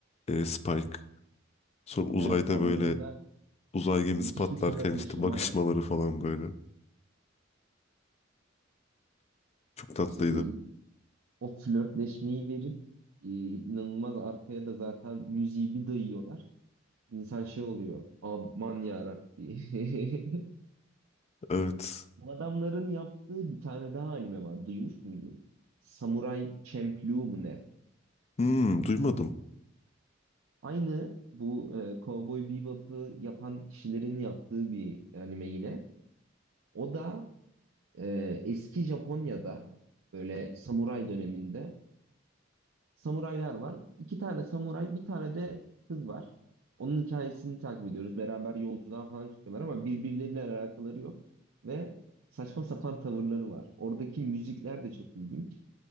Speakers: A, on the left (about 30°); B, on the right (about 85°).
A: e, Spike. Sonra uzayda
B: Evet, aralarında
A: böyle Uzay gemisi
B: müthiş
A: patlarken
B: bir flörtleşme
A: işte bakışmaları
B: vardı.
A: falan böyle. Çok tatlıydı.
B: Şey, o flörtleşmeyi verip e, inanılmaz arkaya da zaten müziği bir dayıyorlar. İnsan şey oluyor. Aman yarabbi. <laughs>
A: Evet.
B: Bu adamların yaptığı bir tane daha anime var. Duymuş muydun? Samurai Champloo mu ne?
A: Hmm, duymadım.
B: Aynı bu e, Cowboy Bebop'ı yapan kişilerin yaptığı bir anime yine. O da e, eski Japonya'da böyle samuray döneminde samuraylar var. İki tane samuray, bir tane de kız var. Onun hikayesini takip ediyoruz. Beraber yolculuğa falan çıkıyorlar ama birbirleriyle alakaları yok. Ve saçma sapan tavırları var. Oradaki müzikler de çok ilginç.